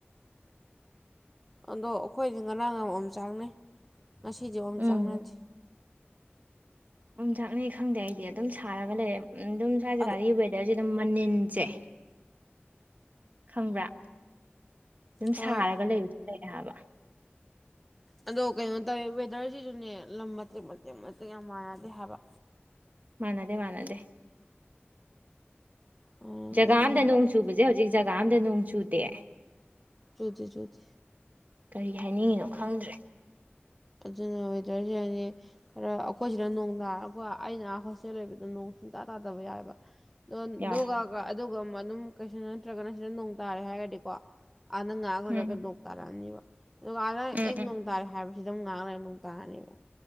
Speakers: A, in the centre; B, on the right (about 45°).
A: ꯑꯗꯣ ꯑꯩꯈꯣꯏꯗꯤ ꯉꯔꯥꯡ ꯌꯥꯝ ꯑꯣꯝꯆꯥꯛꯅꯩ ꯉꯁꯤꯗꯤ ꯑꯣꯝꯆꯥꯛꯅꯗꯦ
B: ꯎꯝ ꯎꯝꯆꯥꯛꯅꯩ ꯈꯪꯗꯦ ꯑꯩꯗꯤ ꯑꯗꯨꯝ ꯁꯥꯔꯒ ꯂꯩꯔꯦ ꯑꯗꯨꯝ ꯁ꯭ꯋꯥꯏ ꯖꯥꯒꯥꯒꯤ
A: ꯑꯗꯣ
B: ꯋꯦꯗꯔꯁꯦ ꯑꯗꯨꯝ ꯃꯅꯤꯟꯁꯦ ꯈꯪꯕ꯭ꯔꯥ ꯑꯗꯨꯝ
A: ꯍꯣꯏ
B: ꯁꯥꯔꯒ ꯂꯩꯕ <inaudible> ꯂꯩ ꯍꯥꯏꯕ
A: ꯑꯗꯣ ꯀꯩꯅꯣ ꯇꯧꯋꯤ ꯋꯦꯗꯔꯁꯤꯁꯨꯅꯦ ꯂꯝ ꯃꯇꯦꯛ ꯃꯇꯦꯛ ꯃꯇꯦꯛ ꯌꯥꯝ ꯃꯥꯟꯅꯗꯦ ꯍꯥꯏꯕ
B: ꯃꯥꯟꯅꯗꯦ ꯃꯥꯟꯅꯗꯦ
A: ꯃꯥꯟꯅꯗꯦ
B: ꯖꯒꯥ ꯑꯝꯗ
A: ꯑꯗꯨꯒꯤ
B: ꯅꯣꯡ ꯆꯨꯕꯁꯦ ꯍꯧꯖꯤꯛ ꯖꯒꯥ ꯑꯝꯗ ꯅꯣꯡ ꯆꯨꯗꯦ
A: ꯆꯨꯗꯦ ꯆꯨꯗꯦ
B: ꯀꯔꯤ ꯍꯥꯏꯅꯤꯡꯉꯤꯅꯣ ꯈꯪꯗ꯭ꯔꯦ
A: ꯑꯗꯨꯅ ꯋꯦꯗꯔꯁꯨ ꯌꯥꯅꯤ ꯈꯔ ꯑꯩꯈꯣꯏꯁꯤꯗ ꯅꯣꯡ ꯇꯥꯔꯀ‌ꯣ ꯑꯩꯅꯥ ꯍꯣꯁꯇꯦꯜ ꯂꯩꯕꯗ‌ꯣ ꯅꯣꯡ ꯁꯨꯡꯇꯥ ꯇꯥꯗꯕ ꯌꯥꯎꯑꯕ ꯑꯗꯣ ꯑꯗꯨꯒꯒ
B: ꯌꯥꯎ
A: ꯑꯗꯨꯒ ꯑꯗꯨꯝ ꯀꯩꯁꯨ ꯅꯠꯇ꯭ꯔꯒꯅ ꯁꯤꯗ ꯅꯣꯡ ꯇꯥꯔꯦ ꯍꯥꯏꯔꯗꯤꯀꯣ ꯑꯥꯗ ꯉꯥꯍꯥꯛ
B: ꯎꯝ
A: ꯂꯩꯕ ꯅꯣꯛꯡ ꯇꯥꯔꯛꯑꯅꯤꯕ ꯑꯗꯨꯒ ꯑꯥꯗ
B: ꯎꯝ
A: ꯑꯦꯛ
B: ꯎꯝ
A: ꯅꯣꯡ ꯇꯥꯏ ꯍꯥꯏꯕ ꯁꯤꯗ ꯑꯃꯨꯛ ꯉꯥꯛ ꯂꯩꯔ ꯅꯣꯡ ꯇꯥꯔꯅꯤꯕ